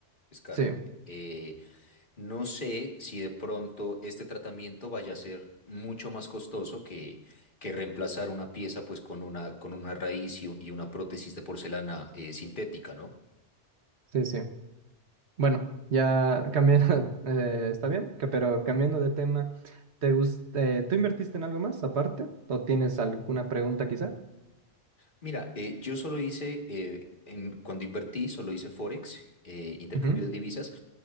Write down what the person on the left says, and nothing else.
es caro.
Eh, no sé si de pronto este tratamiento vaya a ser mucho más costoso que, que reemplazar una pieza pues con una, con una raíz y, u- y una prótesis de porcelana eh, sintética, ¿no?
Mira, eh, yo solo hice, eh, en- cuando invertí, solo hice Forex, eh, intercambio
de divisas.